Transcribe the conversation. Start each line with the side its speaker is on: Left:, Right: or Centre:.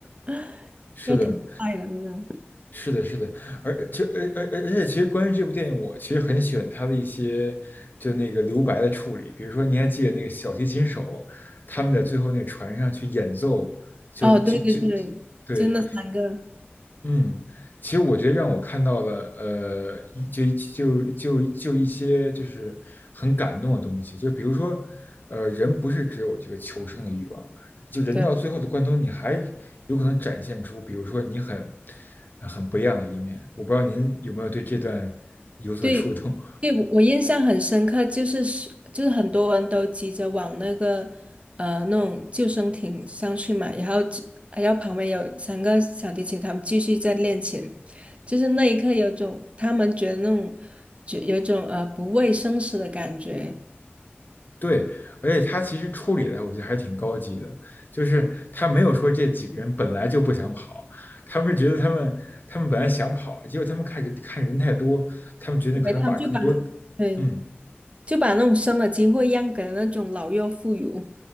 Right: <laughs>
Left: 是的。
Right: 又挺快的，真的。
Left: 是的，是的，而就而而而而且，其实关于这部电影，我其实很喜欢它的一些就那个留白的处理。比如说，你还记得那个小提琴手他们在最后那个船上去演奏，就就就就
Right: 哦，对对对，
Left: 对，
Right: 就那三个，
Left: 嗯，其实我觉得让我看到了，呃，一就就就就一些就是很感动的东西，就比如说，呃，人不是只有这个求生的欲望，就人到最后的关头，
Right: 对
Left: 你还有可能展现出，比如说你很呃很不一样的一面。我不知道您有没有对这段有所触动。
Right: 对对，我我印象很深刻，就是是就是很多人都急着往那个呃那种救生艇上去嘛，然后只然后旁边有三个小提琴，他们继续在练琴，就是那一刻有种他们觉得那种就有种呃不畏生死的感觉，
Left: 对，而且他其实处理的我觉得还挺高级的，就是他没有说这几个人本来就不想跑，他们是觉得他们他们本来想跑，结果他们看人看人太多，他们决定可能把更多，
Right: 对，他们就把对
Left: 嗯，
Right: 就把那种生的机会让给了那种老弱妇孺。